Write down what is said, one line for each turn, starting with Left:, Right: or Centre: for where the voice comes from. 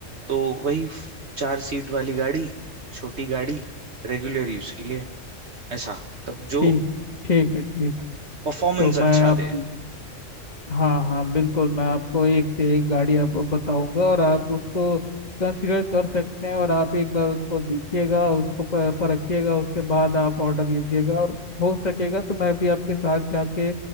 Right: तो वही फ- चार सीट वाली गाड़ी छोटी गाड़ी रेगुलर यूज के लिए ऐसा मतलब
Left: ठीक
Right: जो
Left: ठीक है ठीक
Right: परफॉर्मेंस
Left: तो
Right: अच्छा
Left: मैं आपको
Right: दे
Left: हाँ हाँ बिल्कुल मैं आपको एक से एक गाड़ी आपको बताऊंगा और आप उसको कंसिडर कर सकते हैं और आप एक बार उसको देखिएगा उसको प- परखिएगा उसके बाद आप ऑर्डर लीजिएगा और हो सकेगा तो मैं भी आपके साथ जाके